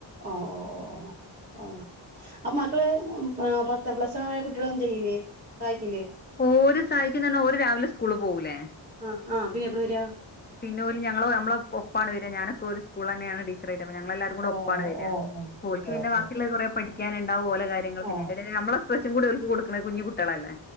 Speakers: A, on the right; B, on the left.
A: ഓഹ്, ഓഹ് ഓഹ് അപ്പൊ മക്കള് പത്ത് പ്ലസ്സണ്ണായ കുട്ടികളൊന്നും ചെയ്യില്ലേ സാഹായിക്കില്ലേ?
B: ഓല് സഹായിക്കന്നന്നാ ഓര് രാവിലെ സ്കൂളിൽ പോവൂല്ലേ
A: ആഹ് ആഹ്, പിന്നെ എപ്പളാ വരാ?
B: പിന്നോല് ഞങ്ങള് നമ്മള് ഒപ്പാണ് വരാ, ഞാനൊക്കെ ഒരു സ്കൂളിലെന്നാണ് ടീച്ചറായി ട്ട്, അപ്പൊ ഞങ്ങളെല്ലാരും കൂടെ
A: ഓ
B: ഒപ്പാണ് വര.
A: ഓ ഓ
B: ഓല്ക്ക്
A: ഓക്കെ
B: പിന്നെ
A: ഓക്കെ
B: ബാക്കിയുള്ള
A: ഓക്കെ
B: കൊറേ പഠി ക്കാനുണ്ടാവും ഓലെ കാര്യങ്ങൾ, പിന്നെ
A: ഓ
B: ആയിന്റെടേല് ഞമ്മളെ പ്രെഷർ ഓൽക്ക്‌ കൊട്ക്ക്‌നെ കുഞ്ഞി കുട്ടികളല്ലെ